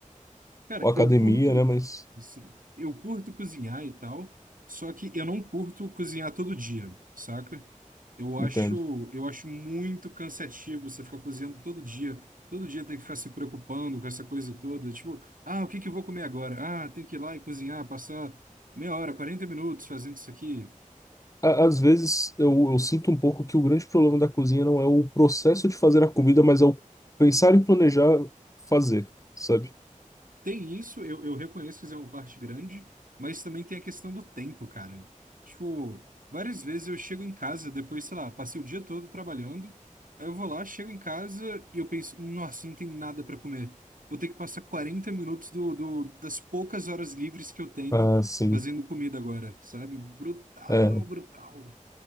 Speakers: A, on the right (about 80°); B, on the left (about 25°).
A: Cara,
B: ou academia,
A: eu curto,
B: né? Mas
A: assim, eu curto cozinhar e tal, só que eu não curto cozinhar todo dia, saca? Eu acho,
B: entendo.
A: eu acho muito cansativo você ficar cozinhando todo dia. Todo dia tem que ficar se preocupando com essa coisa toda. Tipo, ah, o que que eu vou comer agora? Ah, tem que ir lá e cozinhar, passar meia hora, 40 minutos fazendo isso aqui.
B: Á- Às vezes eu, eu sinto um pouco que o grande problema da cozinha não é o processo de fazer a comida, mas é o pensar e planejar fazer, sabe?
A: Tem isso, eu, eu reconheço que isso é uma parte grande, mas também tem a questão do tempo, cara. Tipo, várias vezes eu chego em casa, depois, sei lá, passei o dia todo trabalhando, aí eu vou lá, chego em casa e eu penso, nossa, não tem nada para comer. Vou ter que passar 40 minutos do, do- das poucas horas livres que eu tenho
B: Ah, sim.
A: fazendo comida agora, sabe? Brutal,
B: É,
A: brutal.